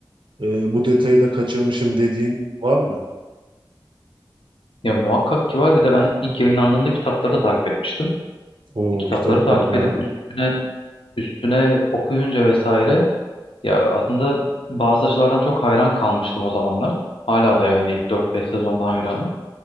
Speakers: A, on the right; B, on the left.
A: e, bu detayı da kaçırmışım dediğin var mı?
B: ya muhakkak ki var. Bir de ben ilk yayınlandığında kitapları da takip etmiştim.
A: O
B: E, Kitapları
A: kitabı
B: takip
A: da bayağı.
B: edip üstüne üstüne okuyunca vesaire ya aslında bazı açılardan çok hayran kalmıştım o zamanlar. Hala da yani ilk dört beş sezonda hayranım.